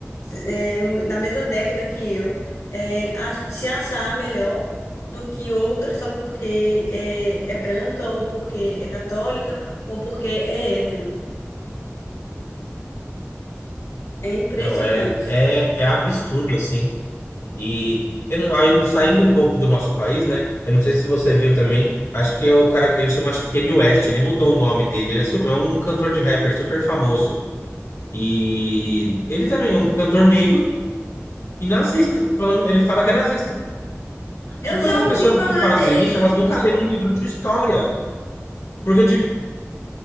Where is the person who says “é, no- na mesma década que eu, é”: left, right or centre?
Left